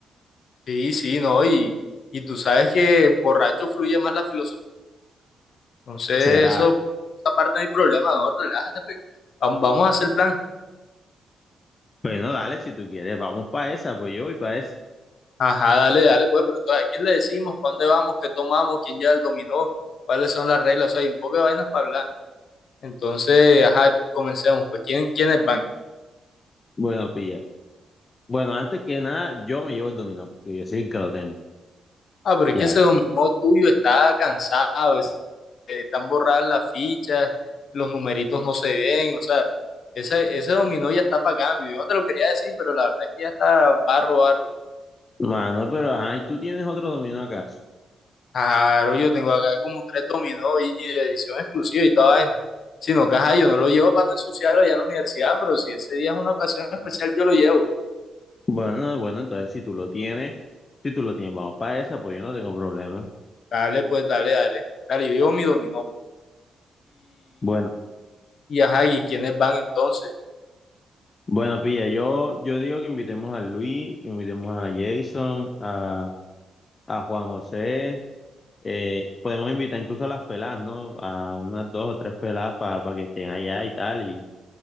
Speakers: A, on the left (about 55°); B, on the left (about 25°).
A: Sí, sí, no, y, y tú sabes que borracho fluye más la filosofía. Entonces,
B: Será.
A: eso, esa parte no hay problema, no, relájate. Vam- Vamos a hacer plan.
B: Bueno, dale, si tú quieres, vamos para esa, pues yo voy para esa.
A: Ajá, dale, dale, pues, pero entonces, ¿a quién le decimos? ¿Para dónde vamos? ¿Qué tomamos? ¿Quién ya el dominó? ¿Cuáles son las reglas? O sea, hay un poco de vainas para hablar. Entonces, ajá, comencemos. Pues, ¿quién, quiénes van?
B: Bueno, pilla. Bueno, antes que nada, yo me llevo el dominó, porque yo soy el que lo tengo.
A: Ah, pero
B: Ya.
A: es que ese dominó tuyo está cansado, es- eh, están borradas las fichas, los numeritos no se ven, o sea, ese, ese dominó ya está para cambio. Yo no te lo quería decir, pero la verdad es que ya está barro, barro.
B: Mano, pero ajá, ¿y tú tienes otro dominó acaso?
A: Claro, yo tengo acá como tres dominó y, y de edición exclusiva y toda vaina. Si no, caja, yo no lo llevo para no ensuciarlo allá en la universidad, pero si ese día es una ocasión especial, yo lo llevo.
B: Bueno, bueno, entonces si tú lo tienes, si tú lo tienes, vamos para esa, pues yo no tengo problema.
A: Dale, pues, dale, dale. Dale, yo llevo mi dominó. pues.
B: Bueno.
A: Y ajá, ¿y quiénes van entonces?
B: Bueno, pilla, yo, yo digo que invitemos a Luis, que invitemos a Jason, a, a Juan José. eh, podemos invitar incluso a las pelas, ¿no? A unas dos o tres pelas para que estén allá y tal. Y,